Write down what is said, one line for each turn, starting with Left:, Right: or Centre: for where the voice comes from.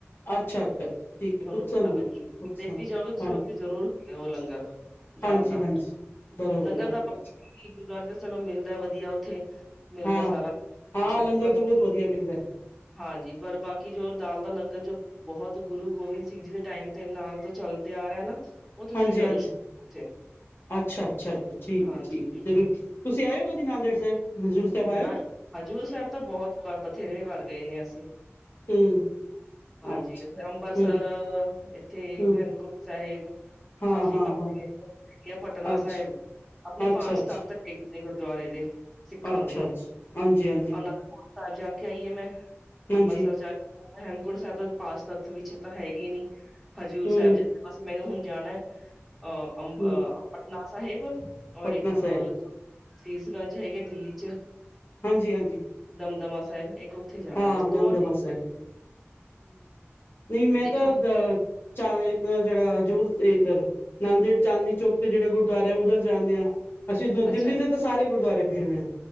Left: ਅੱਛਾ, ਅੱਛਾ, ਅੱਛਾ ਠੀਕ ਹੈ
Centre: ਤੁਹਾਨੂੰ
Left: ਪੁੱਛਸਾਂ
Centre: ਪਤਾ
Left: ਨਾ
Centre: ਲੱਗ
Left: ਮੈਂ
Centre: ਜੂ
Left: ਪੁੱਛਸਾਂ
Centre: ਦੇ ਵੀ ਜਾਓਗੇ ਤੁਸੀਂ
Left: ਹਾਂਜੀ,
Centre: ਉੱਥੇ ਜਰੂਰ ਦੇਹੋ ਲੰਗਰ। ਦਾਲ
Left: ਹਾਂਜੀ,
Centre: ਦਾ,
Left: ਹਾਂਜੀ ਬਰੋਬਰ,
Centre: ਲੰਗਰ
Left: ਬਰੋਬਰ
Centre: ਦਾ ਆਪਾਂ ਗੁਰਦੁਆਰੇ ਤੇ ਚਲੋ ਮਿਲਦਾ ਵਧੀਆ ਉੱਥੇ। ਮਿਲਦਾ
Left: ਹਾਂ,
Centre: ਸਾਰਾ ਕੁਛ
Left: ਹਾਂ ਲੰਗਰ
Centre: ਪਰ
Left: ਤਾਂ ਬਹੁਤ ਵਧੀਆ ਮਿਲਦਾ ਹੈ।
Centre: ਹਾਂਜੀ, ਪਰ ਬਾਕੀ ਜੋ ਦਾਲ ਦਾ ਲੰਗਰ ਜੋ‍ ਬਹੁਤ ਗੁਰੂ ਗੋਬਿੰਦ ਸਿੰਘ ਜੀ ਦੇ ਟਾਈਮ ਤੇ ਨਾਲ ਤੋਂ ਚੱਲਦੇ ਆ ਰਿਹਾ ਨਾ ਉਹ ਤੁਸੀਂ
Left: ਹਾਂਜੀ,
Centre: ਜ਼ਰੂਰ
Left: ਹਾਂਜੀ
Centre: ਛਕੋ ਉੱਥੇ
Left: ਅੱਛਾ, ਅੱਛਾ, ਠੀਕ
Centre: ਹਾਂਜੀ
Left: ਹੈ, ਠੀਕ ਹੈ ਜ਼ਰੂਰ। ਤੁਸੀਂ ਆਇਓ ਕਦੀ ਨਾਂਦੇੜ ਸਾਹਿਬ। ਹਜ਼ੂਰ ਸਾਹਿਬ ਆਇਓ
Centre: ਮੈਂ
Left: ਤੁਸੀਂ?
Centre: ਹਜ਼ੂਰ ਸਾਹਿਬ ਤਾਂ ਬਹੁਤ ਵ ਬਥੇਰੇ ਵਾਰ ਗਏ ਨੇ ਅਸੀਂ।
Left: ਹੂੰ।
Centre: ਹਾਂਜੀ,
Left: ਅੱਛਾ
Centre: ਇਥੇ ਅੰਬਰਸਰ
Left: ਹੂੰ,
Centre: ਇੱਥੇ
Left: ਹੂੰ
Centre: ਹੇਮਕੂਟ ਸਾਹਿਬ
Left: ਹਾਂ,
Centre: ਕਾਫੀ
Left: ਹਾਂ,
Centre: ਪਾਸੇ
Left: ਹਾਂ
Centre: ਆ ਪਟਨਾ
Left: ਅੱਛਾ,
Centre: ਸਾਹਿਬ, ਆਪਣੇ
Left: ਅੱਛਾ,
Centre: ਪੰਜ
Left: ਅੱਛਾ
Centre: ਤਖ਼ਤ ਹੈਗੀ। ਗੁਰਦੁਆਰੇ ਦੇ ਸਿੱਖਾਂ
Left: ਅੱਛਾ
Centre: ਦੇ
Left: ਅੱਛਾ ਹਾਂਜੀ ਹਾਂਜੀ
Centre: ਅਨੰਦਪੁਰ ਸਾਹਿਬ ਜਾ ਕੇ ਆਈ ਆ, ਮੈਂ
Left: ਹਾਂਜੀ
Centre: ਅੰਬਰਸਰ ਜਾ ਕੇ। ਹੇਮਕੁੰਡ ਸਾਹਿਬ ਪਾਚਂ ਤਖਤ ਵਿੱਚ ਤਾਂ ਹੈਗੇ ਨੀ, ਹਜ਼ੂਰ
Left: ਹਮ
Centre: ਸਾਹਿਬ। ਬੱਸ, ਮੈਨੂੰ ਹੁਣ ਜਾਣਾ ਅਹ ਅੰਬਹ
Left: ਹਮ
Centre: ਪਟਨਾ ਸਾਹਿਬ। ਔਰ
Left: ਪਟਨਾ
Centre: ਇੱਕ
Left: ਸਾਹਿਬ
Centre: ਸੀਸਗੰਜ ਹੈਗੇ, ਦਿੱਲੀ ਚ।
Left: ਹਾਂਜੀ, ਹਾਂਜੀ।
Centre: ਦਮਦਮਾ ਸਾਹਿਬ ਇੱਕ ਉੱਥੇ ਜਾਣਾ
Left: ਹਾਂ
Centre: ਬਸ
Left: ਦਮਦਮਾ
Centre: ਦੋ
Left: ਸਾਹਿਬ,
Centre: ਹੈਗੇ
Left: ਨਹੀਂ ਮੈਂ
Centre: ਦੇਖਾਂਗੇ
Left: ਤਾਂ ਅ ਚ ਜਿਹੜਾ ਜ਼ਰੂਰ, ਇਧਰ ਨਾਂਦੇੜ, ਚਾਂਦਨੀ ਚੌਕ ਤੇ ਜਿਹੜੇ ਗੁਰਦੁਆਰੇ ਉੱਧਰ ਜਾਂਦੇ ਆ। ਅਸੀਂ ਦਿੱਲੀ
Centre: ਅੱਛਾ
Left: ਦੇ ਤਾਂ ਸਾਰੇ ਗੁਰਦੁਆਰੇ ਫਿਰ‌ ਰਹੇ ਹਾਂ।